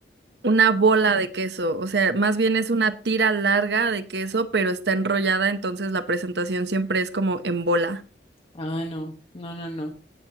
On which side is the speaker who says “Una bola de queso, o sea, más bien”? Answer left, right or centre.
Right